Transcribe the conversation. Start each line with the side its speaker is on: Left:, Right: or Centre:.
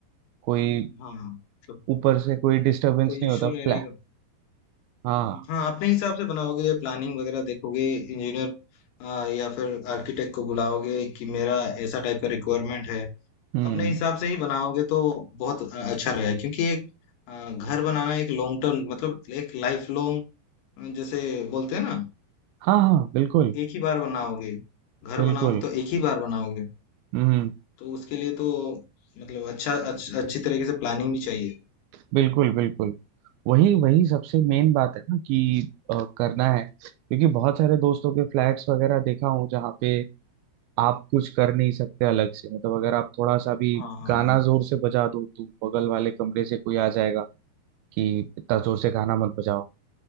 Right: कोई
Left: हाँ मतलब
Right: ऊपर से कोई डिस्टरबेंस
Left: कोई
Right: नहीं
Left: इश्यू
Right: होता फ्लैट
Left: नहीं रहेगा
Right: हाँ
Left: हाँ अपने हिसाब से बनाओगे प्लानिंग वगैरह देखोगे इंजीनियर या फिर आर्किटेक्ट को बुलाओगे कि मेरा ऐसा टाइप का रिक्वायरमेंट है
Right: हम्म
Left: अपने हिसाब से ही बनाओगे तो बहुत अ, अच्छा रहेगा क्योंकि एक अ, घर बनाना एक लॉन्ग टर्म मतलब एक लाइफ लॉन्ग जैसे बोलते हैं ना
Right: हाँ हाँ बिल्कुल
Left: एक ही बार बनाओगे घर
Right: बिल्कुल
Left: बनाओगे तो एक ही बार बनाओगे
Right: हम्म
Left: तो उसके लिए तो मतलब अच्छा अच्छ, अच्छी तरीके से प्लानिंग भी चाहिए
Right: बिल्कुल बिल्कुल वही वही सबसे मेन बात है ना कि अ, करना है क्योंकि बहुत सारे दोस्तों के फ्लैट्स वगैरह देखा हूँ जहाँ पे आप कुछ कर नहीं सकते अलग से मतलब अगर आप थोड़ा सा भी
Left: हाँ हाँ
Right: गाना
Left: हाँ
Right: जोर से बजा दो तो बगल वाले कमरे से कोई आ जाएगा कि इतना जोर से गाना मत बजाओ